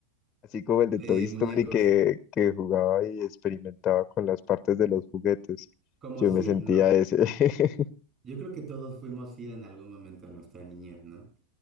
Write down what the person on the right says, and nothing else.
de
muñecos.
Como
Sid,
¿no?
Yo creo que todos fuimos Sid en algún momento de nuestra niñez, ¿no?